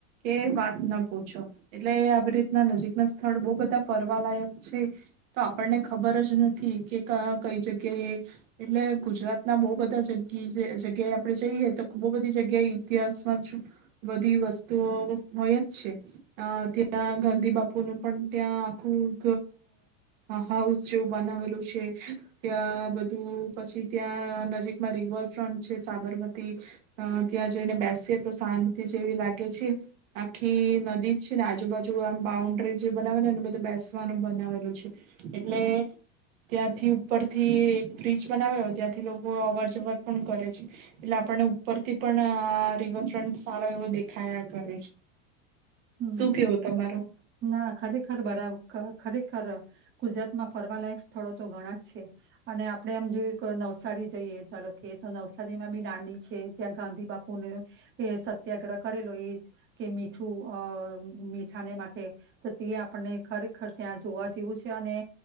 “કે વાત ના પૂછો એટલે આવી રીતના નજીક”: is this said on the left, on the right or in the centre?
Right